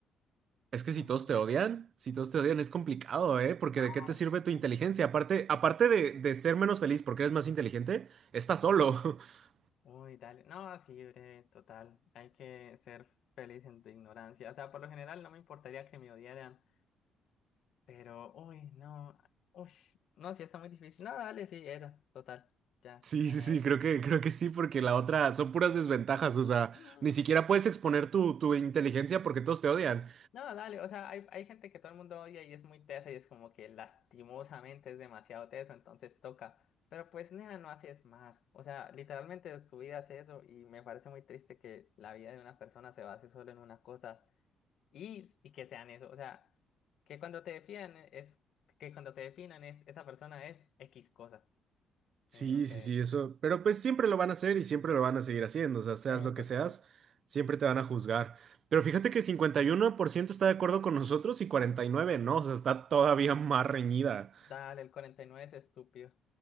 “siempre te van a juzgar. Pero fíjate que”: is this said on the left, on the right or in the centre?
Right